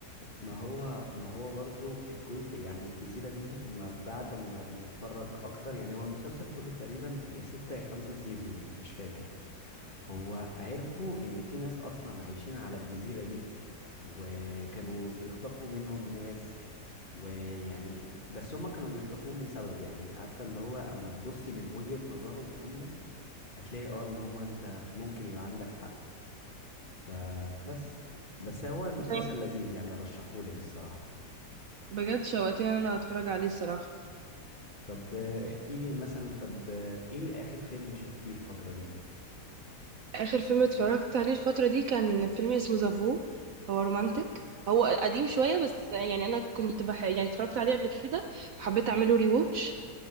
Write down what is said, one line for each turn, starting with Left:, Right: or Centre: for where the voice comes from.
Left: ما هو ما هو برضو الجزء يعني الجزيرة دي هم بعد ما بنتفرج أكتر يعني هو المسلسل كله تقريبا يا ستة يا خمسة سيزونز مش فاكر هو عرفوا إن في ناس أصلا عايشين على الجزيرة دي وكانوا بيخطفوا منهم ناس ويعني بس هم كانوا بيخطفوهم لسبب يعني عارفة اللي هو أما تبصي من وجهة نظرهم هم هتلاقي اه إن هو أنت ممكن يبقى عندك حق فبس بس هو المسلسل
Right: زي
Left: لذيذ يعني أرشحهولك الصراحة
Right: بجد شوقتني ان انا اتفرج عليه الصراحه
Left: طب آه، احكي لي مثلا طب آه، ايه اخر فيلم شفتيه الفترة دي
Right: اخر فيلم اتفرجت عليه الفتره دي كان فيلم اسمه زافو هو رومانتك هو قديم شويه بس يعني انا كنت بح... يعني اتفرجت عليه قبل كده وحبيت اعمله ري ووتش